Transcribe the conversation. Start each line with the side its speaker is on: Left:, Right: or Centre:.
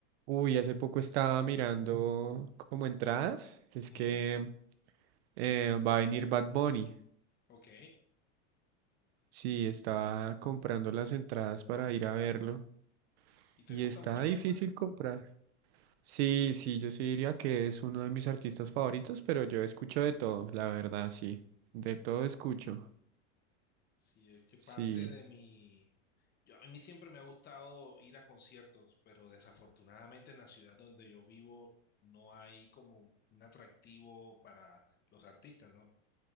Right: Uy, hace poco estaba mirando como entradas, que es
Left: Ujú,
Right: que eh, va a venir Bad Bunny.
Left: Ok.
Right: Sí, estaba comprando las entradas para ir a verlo
Left: ¿Y te
Right: y
Left: gusta
Right: está
Left: mucho
Right: difícil
Left: Bad Bunny?
Right: comprar. Sí, sí, yo sí diría que es uno de mis artistas favoritos, pero yo escucho de todo, la verdad, sí. De todo escucho.
Left: Sí, es que parte
Right: Sí.
Left: de mi... Yo, a mí siempre me ha gustado ir a conciertos, pero desafortunadamente en la ciudad donde yo vivo no hay como un atractivo para los artistas, ¿no?